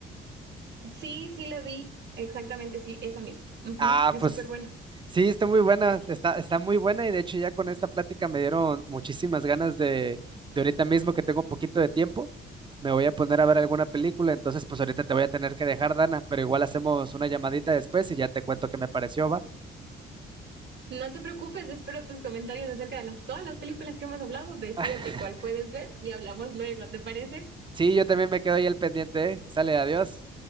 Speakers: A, on the right; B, on the right.
A: Sí, sí la vi. Exactamente, sí, esa misma. Ujú,
B: Ah,
A: Es
B: pues
A: súper buena.
B: sí, está muy buena, está, está muy buena y de hecho ya con esta plática me dieron muchísimas ganas de, de ahorita mismo que tengo un poquito de tiempo, me voy a poner a ver alguna película, entonces pues ahorita te voy a tener que dejar, Dana, pero igual hacemos una llamadita después y ya te cuento qué me pareció, ¿va?
A: No te preocupes, espero tus comentarios acerca de las, todas las películas que hemos hablado. Decídete
B: <laughs>
A: cuál puedes ver y hablamos luego, ¿te parece?
B: Sí, yo también me quedo ahí al pendiente, ¿eh? Sale, adiós.